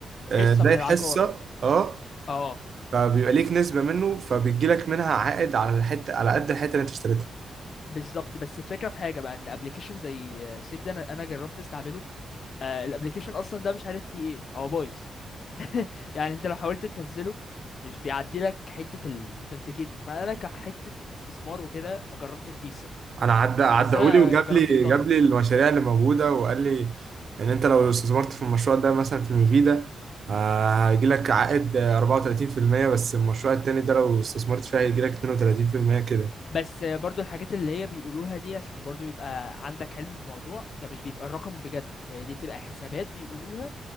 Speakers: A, on the left; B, on the right.
A: حصة
B: آه زي
A: من العقار
B: حصة اه
A: اه
B: فبيبقى ليك نسبة منه فبيجي لك منها عائد على الحتة على قد الحتة اللي انت اشتريتها
A: بالظبط بس الفكرة في حاجة بقى ان ابلكيشن زي سيف ده انا أنا جربت استعمله آه الابلكيشن اصلا ده مش عارف فيه ايه هو بايظ <laughs> يعني انت لو حاولت تنزله مش بيعدي لك حتة الاوثنتيكيتور فانا كحتة استثمار وكده ما جربتش بيه الصراحة
B: انا عدى عدهولي
A: بس انا
B: وجاب
A: جربت
B: لي
A: بثاندر
B: جاب لي المشاريع اللي موجوده وقال لي ان انت لو استثمرت في المشروع ده مثلا في ميفيدا آه، هيجي لك عائد آه، 34% بس المشروع التاني ده لو استثمرت فيه هيجي لك 32% كده
A: بس برضو الحاجات اللي هي بيقولوها دي عشان برضو يبقى عندك علم بالموضوع ده مش بيبقى الرقم بجد هي دي بتبقى حسابات بيقولوها